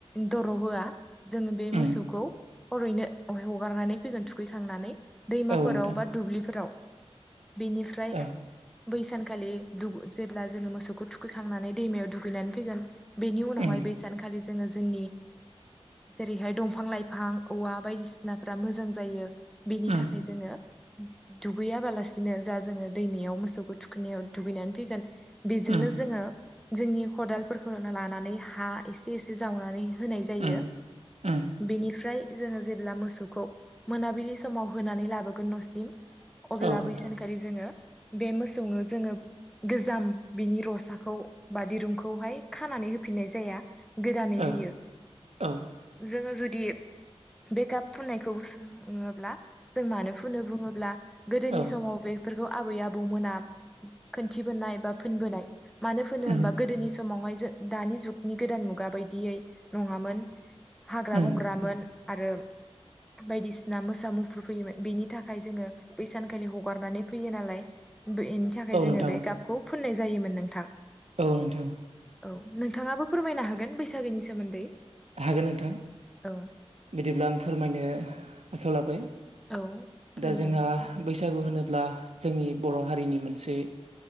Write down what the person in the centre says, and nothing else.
दर' होआ जोंङो बे
मोसौ ओरैनो हगारनानै फैगोन थुखैखांनानै दैमाफोराव
बा दुब्लिफोराव बेनिफ्राय
बैसानखालि दु जेब्ला जोङो मोसौखौ थुखैखांनानै दैमायाव दुगैनानै फैगोन बेनि उनावहाय
बै सानखालि जोङो जोंनि‌ जेरैहाय दंफां लाइ फां औवा बायदिसिनाफ्रा मोजां जायो बेनि
थाखाय जोङो दुगैयाबालासिनो जा जोङो दैमायाव मोसौखौ थुखैनायाव दुगैनानै फैगोन बेजोंनो
जोङो जोंनि खदालफोरखौ लानानै हा एसे एसे जावनानै होनाय जायो
बेनिफ्राय जोङो जेब्ला मोसौखौ मोना बिलि समाव होनानै लाबोगोन न'सिम अब्ला
बै सानखालि जोङो बे मोसौनो जोङो गोजाम बिनि रसाखौ बा दिरुंखौहाय खानानै होफिननाय जाया गोदानै
होयो
जोङो जुदि बे गाब फुननायखौ सोङोब्ला जों मानो फुनो बुङोब्ला गोदोनि
समाव बेफोरखौ आबै आबौमोना दिथिबोनाय बा फोनबोनाय मानो फोनो होनबा
गोदोनि समावहाय जों दानि जुगनि गोदान मुगा बायदियै नङामोन हाग्रा
बंग्रामोन आरो बायदिसिना मोसा मुफुर फैयोमोन बेनि थाखाय जोङो बै सानखालि ह हगारनानै फैयो नालाय बेनि थाखाय
जोङो
बे गाबखौ फोननाय जायोमोन नोंथां ।
औ नोंथाङाबो फोरमायनो हागोन बैसागोनि सोमोन्दै
औ
औ फोरमायजागोन
नोंथां